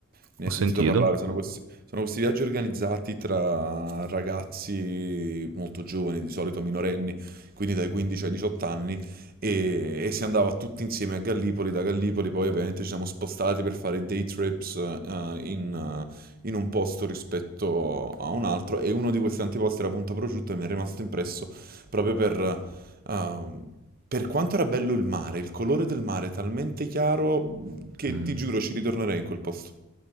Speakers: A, on the right (about 45°); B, on the right (about 80°).
A: ne
B: Ho
A: hai
B: sentito.
A: sentito parlare, sono questi, sono questi viaggi organizzati tra ragazzi molto giovani, di solito minorenni, quindi dai 15 ai 18 anni, e, e si andava tutti insieme a Gallipoli, da Gallipoli poi ovviamente ci siamo spostati per fare day trips eh, in, in un posto rispetto a un altro e uno di questi antiposti era Punta Prosciutto e mi è rimasto impresso proprio per, ehm, per quanto era bello il mare, il colore del mare è talmente chiaro che
B: Mm.
A: ti giuro ci ritornerei in quel posto.